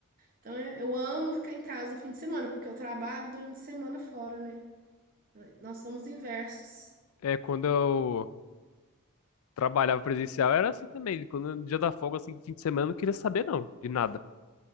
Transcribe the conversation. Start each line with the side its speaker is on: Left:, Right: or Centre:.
Right: Então eu eu amo ficar em casa fim de semana, porque eu trabalho durante a semana fora, né? Nós somos inversos.
Left: É, quando eu trabalhava presencial era assim também. Quando no dia da folga, assim, fim de semana, eu não queria saber, não, de nada.